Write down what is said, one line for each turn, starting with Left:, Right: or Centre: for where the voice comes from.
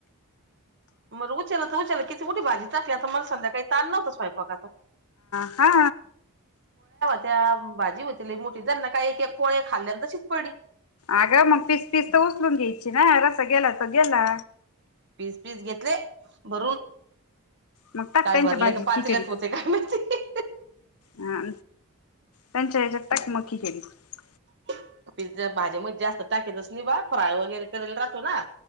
Right: बर उचलले तर उचलली किती मोठी भाजी टाकली संध्याकाळी स्वयंपाकाचा ताण नव्हता मला
Left: हा
Right: त्यात भाजी होती लय मोठी त्यांना काय एक - एक पोळ्या खाल्ल्या तशीच पडली भाजी
Left: अगं मग पीस पीस तर उचलून द्यायचे ना रस् सा गेला तर गेला.
Right: पीस पीस घेतले भरून
Left: मग टाक
Right: काय
Left: त्यांच्या
Right: भरले
Left: भाजीत
Right: का पातील्यात
Left: खिचडीत,
Right: होते काय माहिती
Left: हा त्यांचा याच्यात टाक मग खिचडीत
Right: पिझ्झा भाज्यांमध्ये जास्त टाकतच नाही बा फ्राय वगैरे केरायला राहतो ना